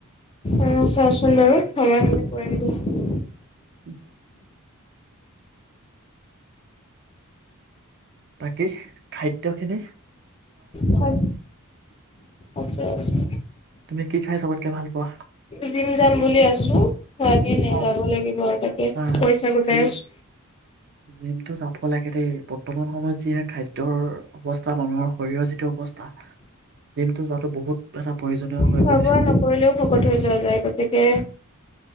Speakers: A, on the left (about 25°); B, on the right (about 50°).
A: অ চাওচোন বাৰু সময় হলে কৰিম দিয়া
B: উম বাকী খাদ্য খিনি
A: হয় আছে আছে
B: তুমি খাই চবতকে কি ভাল পোৱা
A: জিম যাম বুলি আছো তাকে এ
B: অ',
A: যাব লাগিব আৰু তাকে
B: আহ
A: পইচা গোটাই
B: জিম
A: আছো
B: জিমটো যাব লাগে দেই বৰ্তমান সময় যিহে খাদ্যৰ অৱস্থা মানুহৰ শৰীৰৰ যিটো অৱস্থা জিমটো যোৱাতো বহুত এটা প্ৰয়োজনীয় হৈ
A: খোৱা
B: গৈছে।
A: বোৱা নকৰিলেও ভকত হৈ যোৱা যায় গতিকে